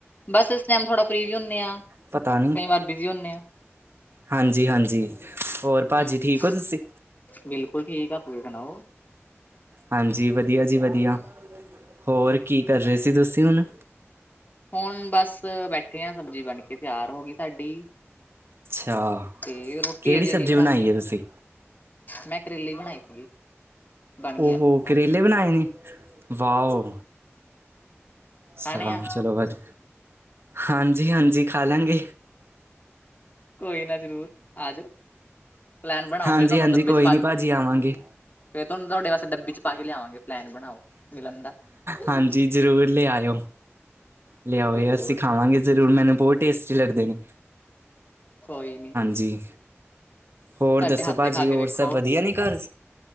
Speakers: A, on the left; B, on the right.
A: ਬਸ ਇਸ ਟਾਈਮ ਥੋੜਾ ਫਰੀ ਵੀ ਹੁੰਨੇ ਆ,
B: ਪਤਾ ਨਹੀਂ
A: ਕਈ ਵਾਰ ਬਿਜ਼ੀ ਹੁੰਨੇ ਆਂ।
B: ਹਾਂਜੀ ਹਾਂਜੀ, ਹੋਰ ਭਾਜੀ
A: ਹੂੰ
B: ਜੀ ਠੀਕ ਓ ਤੁਸੀ?
A: ਬਿਲਕੁਲ ਠੀਕ ਆ, ਤੁਸੀ ਸੁਣਾਓ?
B: ਹਾਂਜੀ ਵਧੀਆ ਜੀ ਵਧੀਆ, ਹੋਰ ਕੀ ਕਰ ਰਏ ਸੀ ਤੁਸੀ ਹੁਨ?
A: ਹੋਨ ਬਸ ਬੈਠੇ ਆਂ, ਸਬਜੀ ਬਣ ਕੇ ਤੇਆਰ ਹੋਗੀ ਸਾਡੀ।
B: ਅੱਛਾ,
A: ਤੇ ਰੋਟੀ
B: ਕੇੜੀ
A: ਅਜੇ
B: ਸਬਜੀ
A: ਨਹੀਂ ਬਣਾਂਦੇ
B: ਬਣਾਈ ਐ ਤੁਸੀ?
A: ਮੈਂ ਕਰੇਲੇ ਬਣਾਏ ਸੀਗੇ। ਬਣ
B: ਓਹੋ
A: ਗਿਆ ਹੁਣ
B: ਕਰੇਲੇ ਬਣਾਏ ਨੇ, ਵਾਓ।
A: ਖਾਣੇ
B: ਸਵਾਨ
A: ਆ
B: ਚਲੋ ਵਜ, ਹਾਂਜੀ ਹਾਂਜੀ ਖਾਲਾਂਗੇ।
A: ਕੋਈ ਨਾ ਜਰੂਰ ਆ ਜੋ। ਪਲੈਨ ਬਣਾਓ
B: ਹਾਂਜੀ
A: ਫੇਰ ਤਾਨੂੰ
B: ਹਾਂਜੀ
A: ਡੱਬੇ
B: ਕੋਈ
A: ਚ ਪਾ
B: ਨਹੀਂ
A: ਕੇ
B: ਭਾਜੀ ਆਵਾਂਗੇ।
A: ਫੇਰ ਤੁਆਨੂੰ ਤੁਹਾਡੇ ਵਾਸਤੇ ਡੱਬੀ ਚ ਪਾ ਕੇ ਲਿਆਵਾਂਗੇ ਪਲੈਨ ਬਣਾਓ। ਮਿਲਣ ਦਾ
B: ਹਾਂਜੀ, ਜਰੂਰ ਲਿਆਏਓ। ਲਿਆਓ
A: ਜ਼ਰੂਰ।
B: ਅਸੀ ਖਾਵਾਂਗੇ। ਜਰੂਰ ਮੈਨੂੰ ਬੋਤ ਟੇਸਟੀ ਲੱਗਦੇ ਨੇ।
A: ਕੋਈ ਨੀ।
B: ਜੀ, ਹੋਰ
A: ਸਾਡੇ
B: ਦੱਸੋਂ
A: ਹੱਥ
B: ਭਾਜੀ,
A: ਦੇ ਖਾ ਕੇ
B: ਹੋਰ
A: ਵੇਖੋ
B: ਸਭ ਵਧੀਆ ਨੇ ਘਰ?